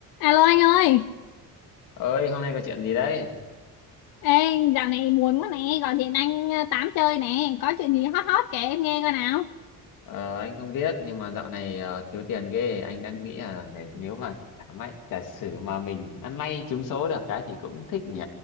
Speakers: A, on the left; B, on the left.
A: Alo anh ơi,
B: ơi hôm nay có chuyện gì đấy
A: ê dạo này buồn quá nè, gọi điện anh ờ, tám chơi nè, có chuyện gì hot hot kể em nghe coi nào.
B: ờ, anh không biết nhưng mà dạo này ờ, thiếu tiền ghê anh đang nghĩ là về nếu mà giả may giả sử mà mình ăn may trúng số được cái thì cũng thích nhỉ